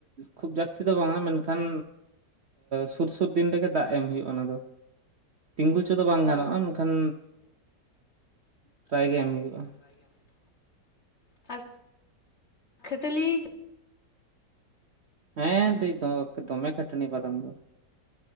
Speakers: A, on the right; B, on the left.
A: ᱠᱷᱩᱵ ᱡᱟᱹᱥᱛᱤ ᱫᱚ ᱵᱟᱝᱼᱟ ᱢᱮᱱᱠᱷᱟᱱ ᱥᱩᱨ ᱥᱩᱨ ᱫᱤᱱ ᱨᱮᱜᱮ ᱫᱟᱜ ᱮᱢ ᱦᱩᱭᱩᱜᱼᱟ ᱚᱱᱟ ᱫᱚ ᱛᱤᱸᱜᱩ ᱪᱚ ᱫᱚ ᱵᱟᱝ ᱜᱟᱱᱚᱜᱼᱟ
B: ᱚ
A: ᱢᱮᱱᱠᱷᱟᱱ ᱯᱨᱟᱭ ᱜᱮ ᱮᱢ ᱦᱩᱭᱩᱜᱼᱟ᱾
B: ᱯᱥᱟᱭ ᱜᱮ ᱮᱢ ᱦᱩᱭᱩᱜ ᱟ ᱟᱨ ᱠᱷᱟᱴᱞᱤ
A: ᱦᱮᱸ ᱫᱟᱹᱤ ᱫᱚᱢᱮ ᱠᱷᱴᱱᱤ ᱵᱟᱫᱟᱢ ᱫᱚ